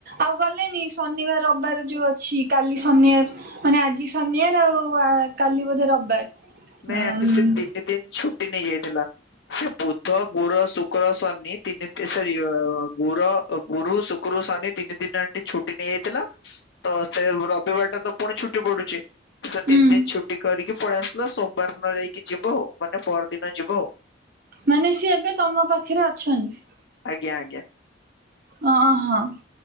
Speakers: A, on the right; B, on the left.
A: ଆଉ ଗଲେନି ଶନିବାର ରିବାର ଯୋଉ ଅଛି କାଲି ଶନିବାର। ମାନେ ଆଜି ସନିବାର ଆଉ କାଲି ବୋଧେ ରବିବାର।
B: ନାଇଁ
A: ଆମ୍,
B: ଆଣ୍ଟି ସେ ତିନି ଦିନ ଛୁଟି ନେଇ ଯାଇଥିଲା। ସେ ବୁଧ ଗୁରୁ ଶୁକ୍ର ଶନି ତିନି ଏ ସରି ଅ ଗୁର। ଗୁରୁ ଶୁକ୍ରୁ ଶନି ତିନି ଦିନ ଆଣ୍ଟି ଛୁଟି ନେଇଯାଇଥିଲା। ତ ସେ ରବିବାର ଟା ତ ପୁଣି ଛୁଟି ପଡୁଛି ସେ
A: ହୁଁ
B: ତିନି ଦିନ ଛୁଟି କରିକି ପଳେଇଆସ୍ ସି ଥିଲା ସୋମବାର ଦିନ ଯାଇକି ଯିବ ଆଉ ମାନେ ପର ଦିନ ଯିବ ଆଉ।
A: ମାନେ ସିଏ ଏବେ ତମ ପାଖରେ ଅଛନ୍ତି।
B: ଆଜ୍ଞା ଆଜ୍ଞା।
A: ଅ ହଁ।